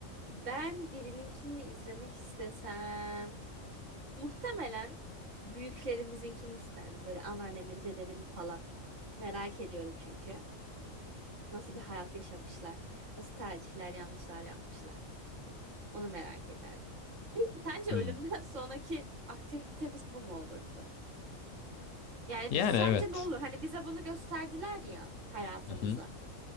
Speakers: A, on the right (about 65°); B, on the left (about 70°).
A: ben birininkini izlemek istesem muhtemelen büyüklerimizinkini isterdim. Böyle anneannemin, dedemin falan. Merak ediyorum çünkü. Nasıl bir hayat yaşamışlar? Nasıl tercihler, yanlışlar yapmışlar? Onu merak ederdim. Peki sence
B: Hmm.
A: ölümden <laughs> sonraki aktivitemiz bu mu olurdu? Yani
B: Yani
A: sence
B: evet.
A: ne olur? Hani bize bunu gösterdiler ya hayatımızı.
B: Hı hı.